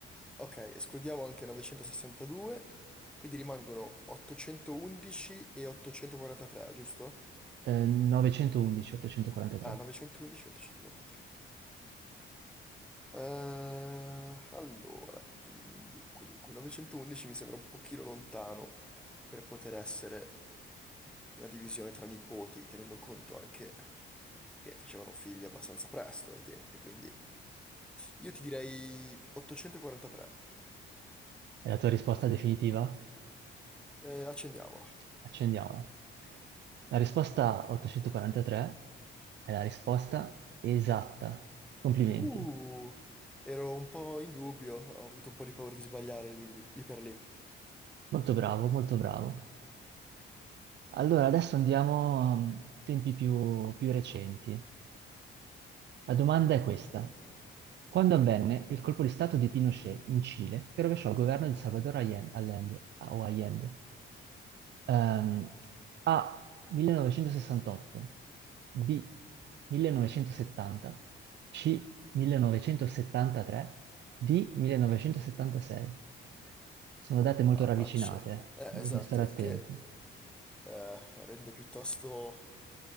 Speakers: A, in the centre; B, on the right.
A: Ok, escludiamo anche 962, quindi rimangono 811 e 843, giusto?
B: eh, 911, 843.
A: Ah, 911 e 843. Eh, allora, mm, dunque, dunque, 911 mi sembra un pochino lontano per poter essere una divisione tra nipoti, tenendo conto anche che facevano figli abbastanza presto ai tempi, quindi io ti direi 843.
B: È la tua risposta definitiva?
A: Eh, accendiamola.
B: Accendiamola. La risposta 843 è la risposta esatta. Complimenti.
A: Uh, ero un po' in dubbio, ho avuto un po' di paura di sbagliare lì, lì- lì per lì.
B: Molto bravo, molto bravo. Allora, adesso andiamo a tempi più, più recenti. La domanda è questa. Quando avvenne il colpo di stato di Pinochet in Cile, che rovesciò il governo di Salvador Allen- Allende, o Allende? Ehm, A. 1968, B. 1970, C. 1973 di 1976. Sono date molto
A: Ah,
B: ravvicinate,
A: faccia. Eh,
B: bisogna
A: esatto,
B: stare attenti.
A: il che eh, rende piuttosto